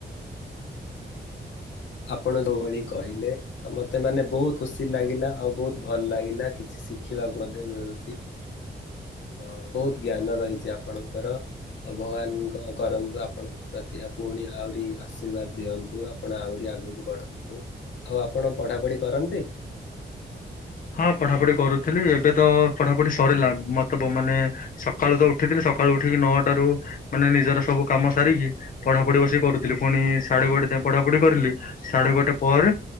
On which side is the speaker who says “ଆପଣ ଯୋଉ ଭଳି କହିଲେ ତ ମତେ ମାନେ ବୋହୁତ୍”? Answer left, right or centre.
Left